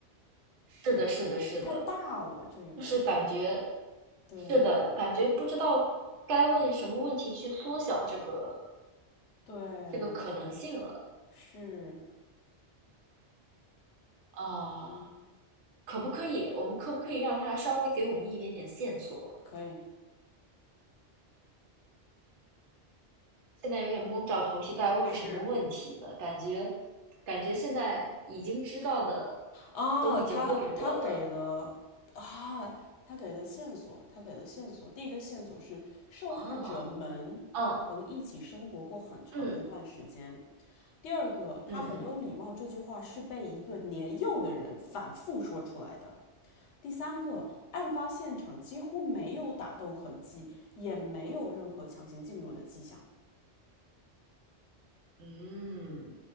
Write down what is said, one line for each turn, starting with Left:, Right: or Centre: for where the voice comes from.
Right: 是的，是的，是的，
Left: 太大了这个，
Right: 就是感觉
Left: 对
Right: 是的，感觉不知道该问什么问题去缩小这个
Left: 对
Right: 这个可能性了
Left: 是，
Right: 啊，
Left: 嗯，
Right: 可不可以？我们可不可以让他稍微给我们一点点线索？
Left: 可以
Right: 现在有点摸不着头绪，该问什么问题了？
Left: 是
Right: 感觉感觉现在已经知道的
Left: 哦，
Right: 都已经问过了
Left: 他他给了啊，他给了线索，他给了线索，第一个线索是受害者们曾一起生活过很长一段时间。
Right: 啊，嗯嗯
Left: 第二个，
Right: 嗯嗯
Left: 他很有礼貌，这句话是被一个年幼的人反复说出来的。第三个，案发现场几乎没有打斗痕迹，也没有任何强行进入的迹象。
Right: 嗯，